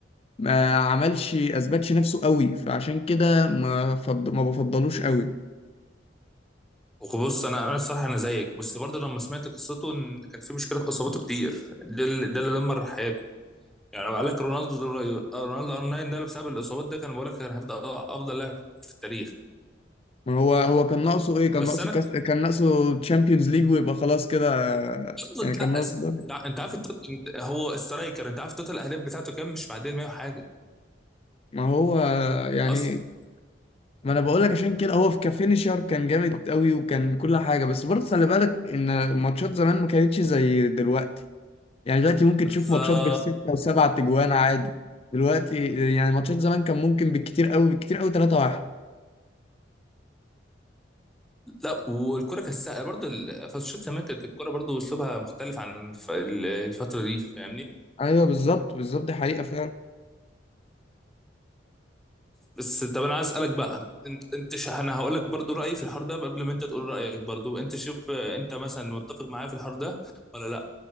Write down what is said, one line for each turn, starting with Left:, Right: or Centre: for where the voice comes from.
Left: ما عملش اثبتش نفسه قوي فعشان كده ما فض... ما بفضلوش قوي
Centre: وبص انا انا الصراحه انا زيك بس برضو لما سمعت قصته ان كان في مشكله في اصاباته كتير ده اللي ده اللي دمر حياته يعني لو قال لك رونالدو رونالدو ار 9 ده اللي بسبب الاصابات ده كان بقول لك كان هيفضل افضل لاعب في التاريخ
Left: ما هو هو كان ناقصه ايه كان
Centre: بس
Left: ناقصه كاس كان ناقصه تشامبيونز ليج ويبقى خلاص كده
Centre: اصلا
Left: يعني كان
Centre: لا
Left: ناقصه
Centre: أس...
Left: ده
Centre: انت ع- انت عارف التوت... انت- هو سترايكر انت عارف توتال الاهداف بتاعته كام مش معديه ال 100 وحاجه
Left: ما هو يعني
Centre: اصلا
Left: ما انا بقول لك عشان كده هو في كفينيشر كان جامد قوي وكان كل حاجه بس برضه خلي بالك ان ماتشات زمان ما كانتش زي دلوقتي يعني دلوقتي ممكن
Centre: بالظبط
Left: تشوف ماتشات بالستة وسبعة تجوان عادي دلوقتي يعني ماتشات زمان كان ممكن بالكتير قوي بالكتير قوي 3-1
Centre: لا والكره كساء برضه ال- فالشوط زمان كانت الكره برضه اسلوبها مختلف عن الف... ال- الفتره دي فاهمني
Left: ايوه بالظبط بالظبط دي حقيقة فعلا
Centre: بس طب انا عايز اسالك بقى انت انت ش... انا هقول لك برضه رايي في الحوار ده قبل ما انت تقول رايك برضه انت شوف آه، انت مثلا متفق معايا في الحوار ده ولا لا